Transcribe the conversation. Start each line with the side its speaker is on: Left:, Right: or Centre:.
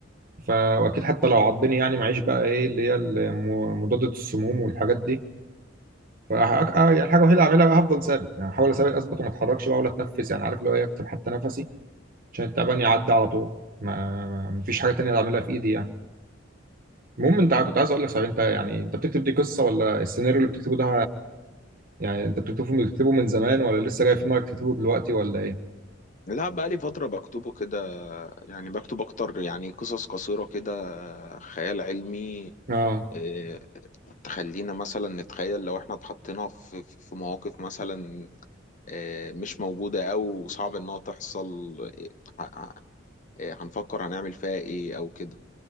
Right: ف- واكيد حتى لو عضني يعني معيش بقى ايه اللي هي الم- مضادة السموم والحاجات دي ف يعني الحاجه الوحيده اللي اعملها بقى هفضل ثابت يعني هحاول اثبت اثبت وما اتحركش بقى ولا اتنفس يعني عارف اللي هو إيه، اكتم حتى نفسي عشان التعبان يعدي على طول ما ما- مفيش حاجه تانية اعملها في ايدي يعني المهم انت كنت عايز اقول لك صحيح انت يعني انت بتكتب دي قصه ولا السيناريو اللي بتكتبه ده يعني انت بتكتبه بتكتبه من زمان ولا لسه جاي في دماغك تكتبه دلوقتي ولا ايه؟
Left: لا بقى لي فترة بكتبه كده يعني بكتب اكتر يعني قصص قصيرة كده خيال علمي
Right: اه
Left: إيه، تخلينا مثلا نتخيل لو احنا اتحطينا في في مواقف مثلا آه، مش موجودة أو صعب إنها تحصل آه، آه، هنفكر هنعمل فيها إيه أو كده